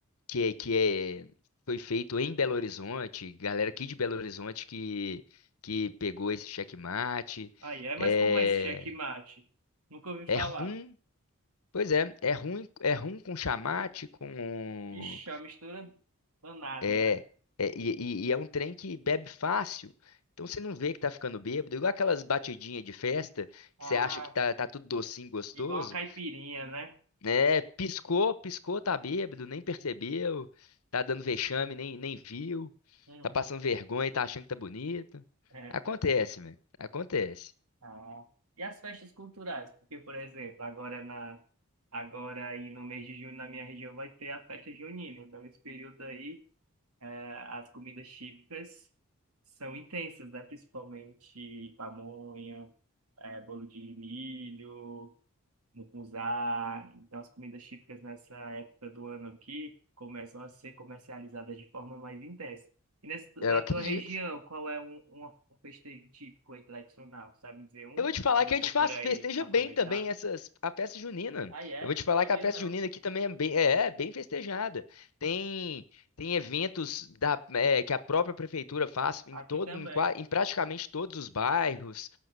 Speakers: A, on the left; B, on the right.
A: que, é- que é, foi feito em Belo Horizonte. Galera aqui de Belo Horizonte que, que pegou esse checkmate.
B: Aí é, mas
A: É,
B: como é esse checkmate? Nunca ouvi falar.
A: é rum Pois é, é ruim, é ruim com chamate, com
B: Ixi, é uma mistura danada,
A: é,
B: né?
A: é- e, e- e é um trem que bebe fácil. Então você não vê que tá ficando bêbado, igual aquelas batidinhas de festa
B: Ah,
A: que você acha que tá, tá tudo docinho, gostoso,
B: igual uma caipirinha, né?
A: né? Piscou, piscou, tá bêbado, nem percebeu, tá dando vexame, nem, nem viu,
B: Uhum.
A: tá passando vergonha e tá achando que tá bonito.
B: É.
A: Acontece, velho, acontece.
B: Ah, e as festas culturais? Porque, por exemplo, agora na agora aí no mês de junho na minha região vai ter a festa junina. Então, esse período aí, eh, as comidas típicas são intensas, né? Principalmente pamonha, eh, bolo de milho mucunzá. Então, as comidas típicas nessa época do ano aqui começam a ser comercializadas de forma mais intensa. E nessa,
A: Eu
B: na
A: acredito.
B: tua região, qual é um, um, um festejo típico aí tradicional? Sabe me dizer um?
A: Eu vou te falar
B: Quando
A: que
B: eu
A: a
B: for
A: gente
B: por
A: faz,
B: aí
A: festeja
B: aproveitar?
A: bem também essas, a festa junina.
B: Ah, é?
A: Eu vou te falar
B: Sabia
A: que a festa
B: não.
A: junina aqui também é bem, é, é bem festejada. Tem, tem eventos da, é, que a própria prefeitura faz em
B: Aqui
A: todo,
B: também.
A: em, qua- em praticamente todos os bairros.